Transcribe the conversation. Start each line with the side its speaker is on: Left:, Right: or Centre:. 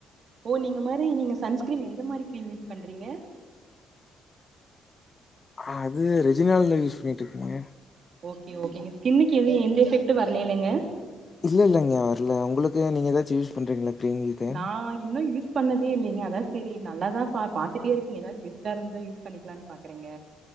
Right: ஓ நீங்க மாரி நீங்க சன்ஸ்கிரீம் எந்த மாரி கிரீம் யூஸ் பண்றீங்க
Left: அது ரெஜினால்டுல யூஸ் பண்ணிட்டு இருக்கங்க
Right: ஓகே ஓகேங்க ஸ்கின்னுக்கு எது எந்த எஃபக்ட்டு வரலல்லங்க
Left: இல்ல இல்லங்கா வரல உங்களுக்கு நீங்க எதாச்சும் யூஸ் பண்ணுறீங்ளா க்ரீம் இத
Right: நா இன்னு யூஸ் பண்ணதே இல்லங்க அதா சரி நல்லதா பா பாத்துட்டே இருக்க எதாவது பெஸ்டா இருந்தா யூஸ் பண்ணிக்கலான் பா க்குறங்க